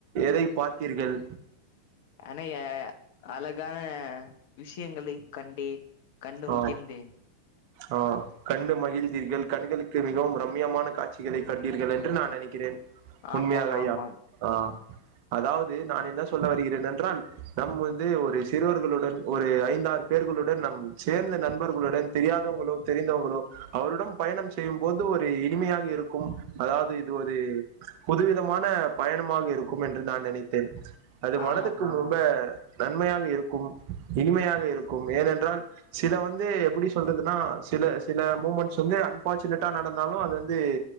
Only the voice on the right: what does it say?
எதை பார்த்தீர்கள்
ஆ
ஆ கண்டு மகிழ்ந்தீர்கள் கண்களுக்கு மிகவும் ரம்மியமான காட்சிகளை கண்டீர்கள் என்று நான் நெனைக்கிறேன்
உண்மையாக ஐயா
ஆ அதாவது நான் என்ன சொல்ல வருகிறேன் என்றால் நம் வந்து ஒரு சிறுவர்களுடன் ஒரு ஐந்தாறு பேர்களுடன் நம் சேர்ந்த நண்பர்களுடன் தெரியாதவ்ங்குளோ தெரிந்தவ்ங்குளோ அவருடம் பயணம் செய்யும் போது ஒரு இனிமையாக இருக்கும் அதாவ்து இது ஒரு புதுவிதமான பயணமாக இருக்கும் என்று நான் நெனைத்தேன் அது மனதுக்கும்
ரொம்ப நன்மையாக இருக்கும் இனிமையாக இருக்கும் ஏனென்றால் சில வந்து எப்டி சொல்றதுனா சில சில மூமெண்ஸ் வந்து அன்ஃபார்ச்சுனேட்டா நடந்தாலு அது வந்து